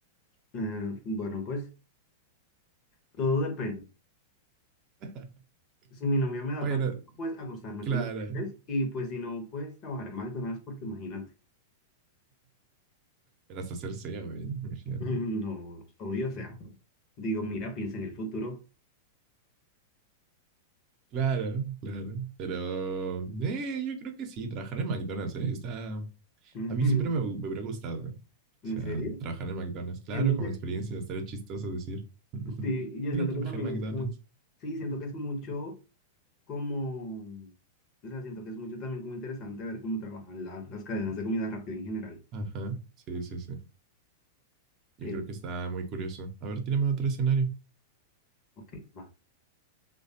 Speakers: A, on the left; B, on the right.
A: Eh, bueno, pues todo depende.
B: <laughs>
A: Si mi novio me da
B: Bueno,
A: permiso, pues acostarme
B: claro.
A: con los jefes y pues si no, pues trabajar en McDonald's porque imagínate.
B: Pero hasta ser CEO, ¿eh? Imagínate.
A: <laughs> No, obvio, o sea, digo, mira, piensa en el futuro.
B: Claro, claro. Pero eh, yo creo que sí, trabajar en McDonald's, eh, está...
A: <laughs> ¿En
B: A mí siempre me, hu- me hubiera gustado, eh. O sea,
A: serio?
B: trabajar en McDonald's, claro,
A: Siento
B: como
A: que,
B: experiencia, estaría chistoso decir, <laughs>
A: sí, yo
B: mira,
A: siento
B: trabajé
A: que también
B: en McDonald's.
A: es muy, sí, siento que es mucho como, o sea, siento que es mucho también como interesante ver cómo trabajan la- las cadenas de comida rápida en general.
B: Ajá, sí, sí, sí. Yo
A: Que,
B: creo que está muy curioso. A ver, tírame otro escenario.
A: ok, va.